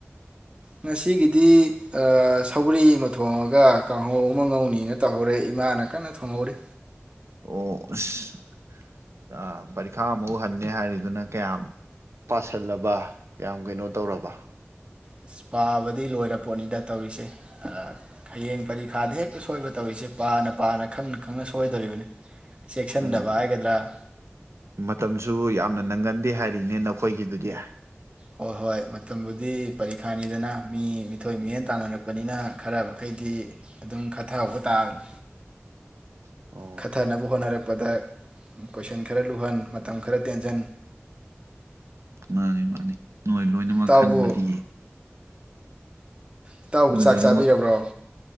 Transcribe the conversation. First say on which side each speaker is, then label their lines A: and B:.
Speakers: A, on the right (about 25°); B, on the right (about 80°).
A: ꯉꯁꯤꯒꯤꯗꯤ ꯁꯧꯒꯔꯤ ꯑꯃ ꯊꯣꯡꯉꯒ ꯀꯥꯡꯍꯧ ꯑꯃ ꯉꯧꯅꯤꯅ ꯇꯧꯍꯧꯔꯦ ꯏꯃꯥꯅ ꯀꯟꯅ ꯊꯣꯡꯍꯧꯔꯤ
B: ꯑꯣ ꯑꯁ ꯄꯔꯤꯈꯥ ꯑꯃꯨꯛ ꯍꯟꯅꯦ ꯍꯥꯏꯔꯤꯗꯨꯅ ꯀꯌꯥꯝ ꯄꯥꯁꯜꯂꯕ ꯀꯌꯥꯝ ꯀꯩꯅꯣ ꯇꯧꯔꯕ
A: ꯑꯁ ꯄꯥꯕꯗꯤ ꯂꯣꯏꯔ ꯄꯣꯠꯅꯤꯗ ꯇꯧꯔꯤꯁꯦ ꯍꯌꯦꯡ ꯄꯔꯤꯈꯥꯗ ꯍꯦꯛꯇ ꯁꯣꯏꯕ ꯇꯧꯔꯤꯁꯦ ꯄꯥꯅ ꯄꯥꯅ ꯈꯪꯅ ꯈꯪꯅ ꯁꯣꯏꯗꯣꯔꯤꯕꯅꯤ ꯆꯦꯛꯁꯤꯟꯗꯕ
B: ꯎꯝ
A: ꯍꯥꯏꯒꯗ꯭ꯔꯥ
B: ꯃꯇꯝꯁꯨ ꯌꯥꯝꯅ ꯅꯪꯒꯟ ꯗꯦ ꯍꯥꯏꯔꯤꯅꯦ ꯅꯈꯣꯏꯒꯤꯗꯨꯗꯤ
A: ꯍꯣꯏ ꯍꯣꯏ ꯃꯇꯝꯕꯨꯗꯤ ꯄꯔꯤꯈꯥꯅꯤꯗꯅ ꯃꯤ ꯃꯤꯊꯣꯏ ꯃꯤꯍꯦꯟ ꯇꯥꯟꯅꯔꯛꯄꯅꯤꯅ ꯈꯔ ꯃꯈꯩꯗꯤ ꯑꯗꯨꯝ ꯈꯠꯊꯍꯧꯕ ꯇꯥꯕꯅꯤ
B: ꯑꯣ
A: ꯈꯠꯊꯅꯕ ꯍꯣꯠꯅꯔꯛꯄꯗ ꯀꯣꯏꯁꯟ ꯈꯔ ꯂꯨꯍꯟ ꯃꯇꯝ ꯈꯔ ꯇꯦꯟꯖꯟ
B: ꯃꯥꯟꯅꯤ ꯃꯥꯟꯅꯤ ꯅꯣꯏ ꯂꯣꯏꯅꯃꯛ
A: ꯏꯇꯥꯎꯕꯨ
B: ꯈꯟꯕꯗꯤ <inaudible>
A: ꯏꯇꯥꯎꯕꯨ
B: ꯅꯣꯏ
A: ꯆꯥꯛ
B: ꯂꯣꯏꯅꯃꯛ
A: ꯆꯥꯕꯤꯔꯕ꯭ꯔꯣ